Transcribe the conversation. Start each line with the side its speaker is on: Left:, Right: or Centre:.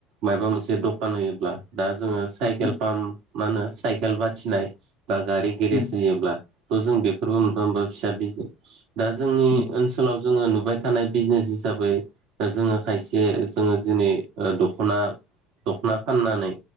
Right: माबा मोनसे दखान होयोब्ला दा जोङो साइकेल
Left: उम
Right: पाम्प मा होनो साइकेल बाथिनाय बा गारि गेरेज
Left: उम
Right: होयोब्ला थ' जों बेफोरबो मोनफा-मोनफा फिसा बिजनेस दा जोंनि
Left: उम
Right: ओनसोलाव जोङो नुबाय थानाय बिजनेस हिसाबै जोङो खायसे जोङो दिनै दख'ना दखना फाननानै